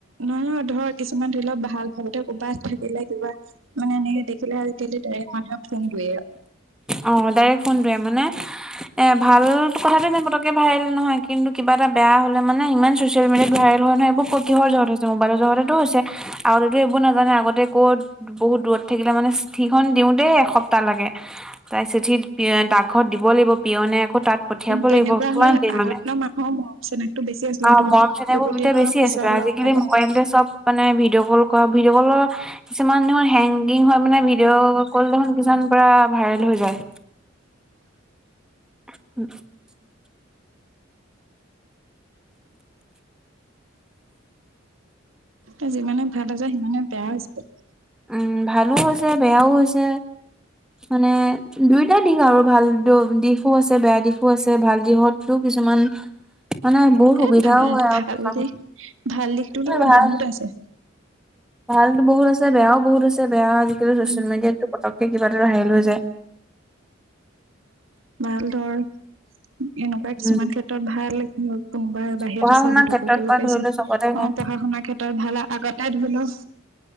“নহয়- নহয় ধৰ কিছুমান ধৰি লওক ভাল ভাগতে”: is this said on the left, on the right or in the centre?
Right